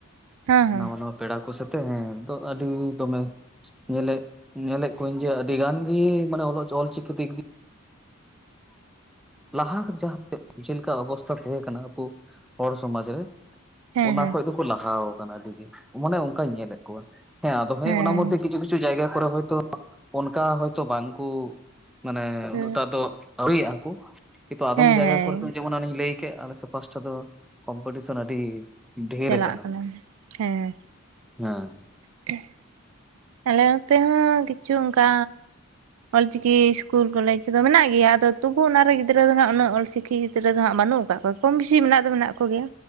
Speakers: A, on the right; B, in the centre.
A: ᱦᱮᱸ ᱦᱮᱸ
B: ᱱᱟᱣᱟ ᱱᱟᱣᱟ ᱯᱮᱲᱟ ᱠᱚ ᱥᱟᱛᱮᱜ ᱦᱮᱸ ᱟᱹᱰᱤ ᱫᱚᱢᱮ ᱧᱮᱞᱮᱜ ᱧᱮᱞᱮᱫ ᱠᱩᱣᱟᱹᱧ ᱡᱮ ᱟᱹᱰᱤ ᱜᱟᱱ ᱜᱮ ᱢᱟᱱᱮ ᱚᱞᱚᱜ ᱚᱞᱪᱤᱠᱤ <inaudible> ᱞᱟᱦᱟ <unintelligible> ᱪᱮᱞᱠᱟ ᱚᱵᱚᱥᱛᱷᱟ ᱛᱟᱦᱮᱸ ᱠᱟᱱᱟ ᱟᱵᱚ ᱦᱚᱲ ᱥᱚᱢᱟᱡ ᱨᱮ
A: ᱦᱮᱸ
B: ᱚᱱᱟ
A: ᱦᱮᱸ
B: ᱠᱷᱚᱡ ᱫᱚᱠᱚ ᱞᱟᱦᱟᱣ ᱟᱠᱟᱱᱟ ᱟᱹᱰᱤ ᱜᱮ ᱢᱟᱱᱮ ᱧᱮᱞᱮᱫ ᱠᱚᱣᱟ ᱦᱮᱸ ᱟᱫᱚ
A: ᱦᱮᱸ
B: ᱚᱱᱟ ᱢᱚᱫᱽᱫᱷᱮ ᱨᱮ ᱠᱤᱪᱷᱩ ᱠᱤᱪᱷᱩ ᱠᱤᱪᱷᱩ ᱡᱟᱭᱜᱟ ᱠᱚᱨᱮ ᱦᱚᱭᱛᱳ ᱚᱱᱠᱟ ᱦᱚᱭᱛᱚ ᱵᱟᱝ ᱠᱩ ᱢᱟᱱᱮ
A: ᱦᱮᱸ
B: ᱩᱱᱟᱹᱜᱴᱟᱜ ᱫᱚ ᱟᱹᱣᱨᱤᱭᱟᱜ ᱟᱠᱚ ᱠᱤᱱᱛᱩ ᱟᱫᱚᱢ
A: ᱦᱮᱸ
B: ᱡᱟᱭᱜᱟ ᱠᱚᱨᱮ ᱫᱚ ᱡᱮᱢᱚᱱ ᱞᱟᱹᱭ ᱠᱮ ᱟᱞᱮ ᱥᱮᱫ ᱯᱟᱥᱴᱟ ᱫᱚ ᱠᱚᱢᱯᱤᱴᱤᱥᱚᱱ ᱟᱹᱰᱤ ᱰᱷᱮᱨ
A: ᱪᱟᱞᱟᱜ
B: ᱟᱠᱟᱱᱟ᱾
A: ᱠᱟᱱᱟ ᱦᱮᱸ
B: ᱦᱟᱸ
A: <unintelligible> ᱟᱞᱮ ᱱᱚᱛᱮ ᱦᱚᱸ ᱠᱤᱪᱷᱩ ᱚᱱᱠᱟ ᱚᱞᱪᱤᱠᱤ ᱤᱥᱠᱩᱞ ᱠᱚᱞᱮᱡᱽ ᱠᱚᱫᱚ ᱢᱮᱱᱟᱜ ᱜᱮᱭᱟ, ᱟᱫᱚ ᱛᱚᱵᱩ ᱚᱱᱟ ᱨᱮ ᱜᱤᱫᱽᱨᱟᱹ ᱫᱚᱦᱱᱟᱜ ᱩᱱᱟᱹᱜ ᱚᱞᱪᱤᱠᱤ <unintelligible> ᱨᱮᱫᱚ ᱦᱟᱸᱜ ᱵᱟᱹᱱᱩᱜ ᱠᱟᱜ ᱠᱚᱣᱟ ᱠᱚᱢ ᱵᱮᱥᱤ ᱢᱮᱱᱟᱜ ᱫᱚ ᱢᱮᱱᱟᱜ ᱠᱚᱜᱮᱭᱟ